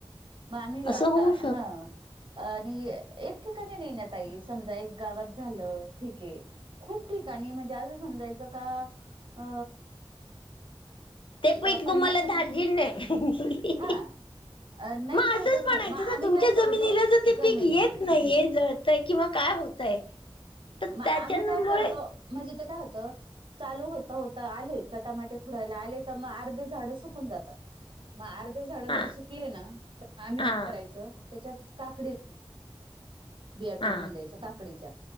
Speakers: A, on the right (about 60°); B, on the left (about 60°).
A: पाणी जाता,
B: असं होऊ शकत
A: हा. आणि एक ठिकाणी नाही ना ताई, समजा एक गावात झालं, ठीक आहे. खूप ठीकाणी म्हणजे, असं समजायचं का अ
B: ते पीक
A: पन्नास
B: तुम्हाला
A: टक्क
B: धार्जिन
A: म्हणज,
B: नाही
A: हा. अ नाहीच
B: मग असंच
A: होतच
B: म्हणायचं
A: नाही, मग
B: ना
A: आम्ही
B: तुमच्या
A: काय करतो
B: जमिनीला जर ते
A: जमिनी
B: पीक येत नाहीये, जळतय किंवा काय होतय? तर
A: म
B: त्याच्यामुळे
A: आम्ही काय करतो, म्हणजे ते काय होतं चालू होता, होता आले तर टमाटे खुडायला आले का, मग अर्धे झाड सुकून जातात. मग अर्धे झाडं
B: हा
A: जर सुकले ना, तर आम्ही
B: हा
A: काय करायचं त्याच्यात काकडी बिया
B: हा
A: टोकून द्यायच्या काकडीच्या,